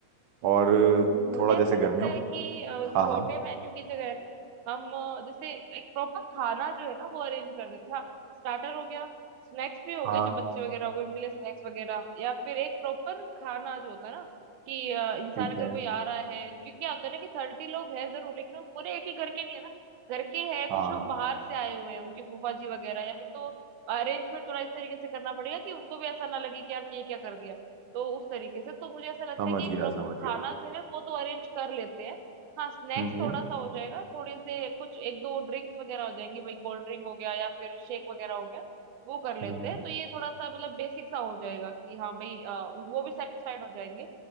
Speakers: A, on the right; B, on the right.
A: और
B: ये मुझे
A: थोड़ा जैसे
B: ऐसा
A: गर्मियों
B: लगता है कि अ,
A: हाँ
B: छोटे
A: हाँ
B: मेन्यू की जगह है ना हम अ, जैसे एक प्रॉपर खाना जो है ना वो अरेंज कर देते हैं हाँ स्टार्टर हो गया स्नैक्स भी हो
A: हाँ
B: गए जो बच्चे वगैरह हो गए उनके लिए स्नैक्स वगैरह या फिर एक प्रॉपर खाना जो होता है ना कि अ, इंसान
A: ठीक
B: अगर
A: है
B: कोई आ रहा है क्योंकि क्या होता है ना कि थर्टी लोग हैं जरूर लेकिन वो पूरे एक ही घर के नहीं है ना घर के हैं
A: हाँ
B: कुछ
A: हाँ
B: लोग
A: हाँ,
B: बाहर से आए हुए हैं उनकी फूफा जी वगैरह या फिर तो अरेंजमेंट थोड़ा इस तरीके से करना पड़ेगा कि उनको भी ऐसा ना लगे कि यार ये क्या कर दिया तो उस तरीके से तो मुझे ऐसा लगता
A: समझ
B: है कि एक
A: गया समझ
B: खाना
A: गया
B: जो है वो तो अरेंज कर लेते हैं हाँ स्नैक्स
A: हम्म हम्म
B: थोड़ा सा हो जाएगा थोड़े से कुछ एक दो ड्रिंक्स वगैरह हो जाएंगी भाई कोल्ड ड्रिंक हो गया या फिर शेक वगैरह हो गया वो कर लेते
A: हम्म। हम्म।
B: हैं तो ये थोड़ा सा मतलब बेसिक सा हो जाएगा कि हाँ भाई अ, वो भी सेटिस्फाइड हो जाएंगे